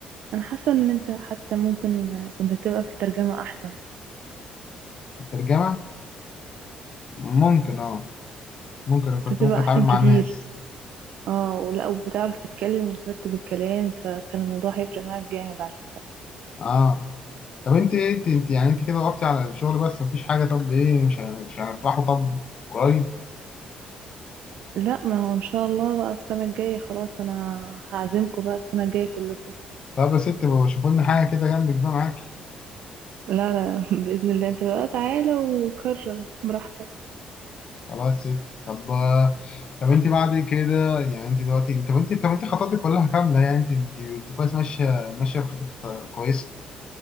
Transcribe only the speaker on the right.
انا حاسه ان انت حتى ممكن كنت تبقى في الترجمه احسن
كنت
هتبقى
احسن
كتير
اه ولا وبتعرف تتكلم وترتب الكلام فكان الموضوع هيفرق معاك جامد على فكرة
لا ما هو ان شاء الله بقى السنة الجاية خلاص انا هعزمكم بقى السنة الجاية كلكم
لا لا <laughs> بإذن الله انت بقى تعالى وكرر براحتك